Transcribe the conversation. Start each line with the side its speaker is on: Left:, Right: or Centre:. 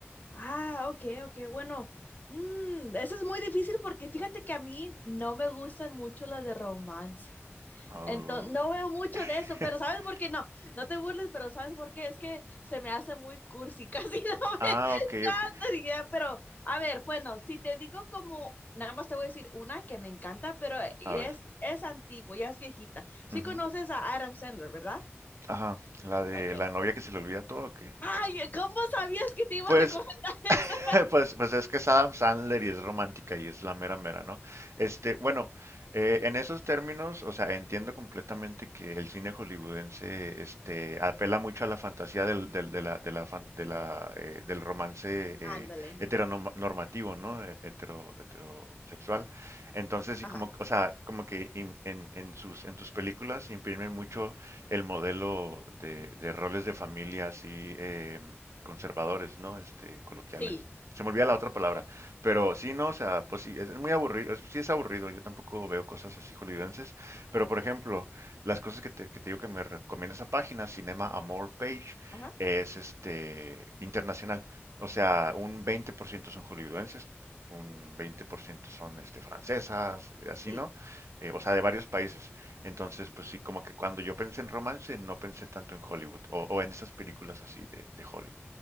Left: Ah, ok, ok, bueno, mm, eso es muy difícil porque fíjate que a mí no me gustan mucho las de romance.
Right: Au.
Left: Entonces, no
Right: <laughs>
Left: veo mucho de eso, pero ¿sabes por qué no? No te burles, pero ¿sabes por qué? Es que se me hace muy cursi, <laughs> casi no
Right: Ah,
Left: me
Right: ok,
Left: encanta,
Right: ok.
Left: diría, pero a ver, bueno, si te digo como, nada más te voy a decir una que me encanta, pero eh, y
Right: A ver.
Left: es, es antigua, ya es viejita. Sí
Right: ujú.
Left: conoces a Adam Sandler, ¿verdad?
Right: Ajá, la de
Left: Ok.
Right: la novia que se le olvida todo, ¿o qué?
Left: Ay, ¿cómo sabías que te iba
Right: Pues
Left: a recomendar
Right: <laughs>
Left: <laughs> esa?
Right: Pues, pues es que es Adam Sandler y es romántica y es la mera mera, ¿no? Este, bueno, eh, en esos términos, o sea, entiendo completamente que el cine hollywoodense, este, apela mucho a la fantasía del, del, de la, de la fan- de la, eh, del romance eh,
Left: Ándale.
Right: heteronormativo, ¿no? Eh, Hetero, heterosexual. Entonces, sí,
Left: Ajá.
Right: como, o sea, como que im- en, en sus, en tus películas imprimen mucho el modelo de, de roles de familia así eh, conservadores, ¿no? Este, coloquiales.
Left: Sí,
Right: Se me olvida la otra palabra. Pero sí, no, o sea, pues sí, es, es muy aburrido, es- sí es aburrido, yo tampoco veo cosas así hollywoodenses, pero por ejemplo, las cosas que te, que te digo que me recomienda esa página, Cinema Amor Page,
Left: ajá,
Right: es este internacional. O sea, un 20% son hollywoodenses, un 20% son este francesas, así,
Left: sí,
Right: ¿no? Eh, o sea, de varios países. Entonces, pues sí, como que cuando yo pensé en romance, no pensé tanto en Hollywood, o, o en esas películas así de, de Hollywood.